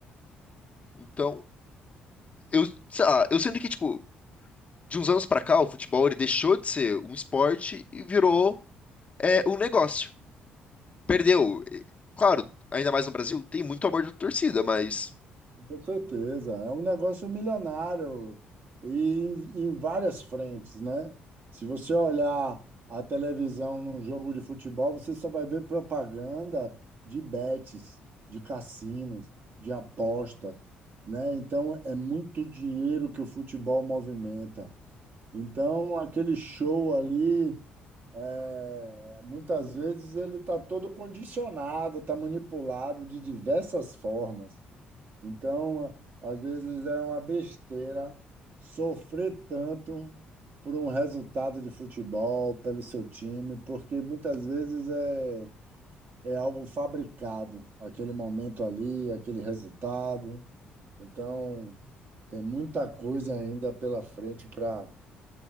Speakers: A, on the left; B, on the right.
A: Então, eu, sei lá, eu sinto que, tipo, de uns anos pra cá, o futebol ele deixou de ser um esporte e virou é, um negócio. Perdeu. E, Claro, ainda mais no Brasil, tem muito amor da torcida, mas,
B: Com certeza, é um negócio milionário e em em várias frentes, né? Se você olhar a televisão num jogo de futebol, você só vai ver propaganda de bets, de cassinos, de apostas, né? Então é muito dinheiro que o futebol movimenta. Então aquele show ali, é, muitas vezes ele está todo condicionado, está manipulado de diversas formas. Então, às vezes é uma besteira sofrer tanto por um resultado de futebol, pelo seu time, porque muitas vezes é, é algo fabricado, aquele momento ali, aquele resultado. Então, tem muita coisa ainda pela frente para